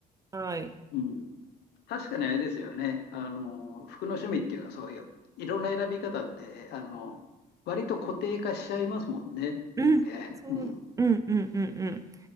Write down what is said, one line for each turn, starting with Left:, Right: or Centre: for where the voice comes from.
Right: はい。
Left: うん。確かにあれですよね。あの、服の趣味っていうか、そういう色の選び方って、あの、割と固定化しちゃいますもんね、
Right: うん。
Left: 人間。
Right: そう。
Left: うん。
Right: うんうんうんうん。